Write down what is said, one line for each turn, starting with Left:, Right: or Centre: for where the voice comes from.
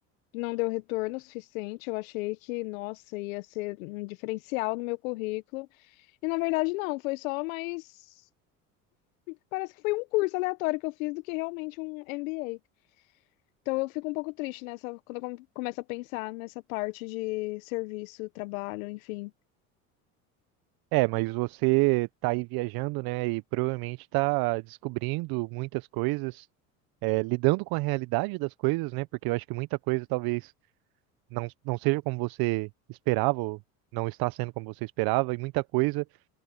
Left: não deu retorno suficiente. Eu achei que, nossa, ia ser um diferencial no meu currículo. E na verdade, não, foi só mais. Parece que foi um curso aleatório que eu fiz do que realmente um MBA. Então eu fico um pouco triste nessa, quando eu come- começo a pensar nessa parte de serviço, trabalho, enfim.
Right: É, mas você tá aí viajando, né? E provavelmente tá descobrindo muitas coisas, é, lidando com a realidade das coisas, né? Porque eu acho que muita coisa talvez não, não seja como você esperava, ou não está sendo como você esperava, e muita coisa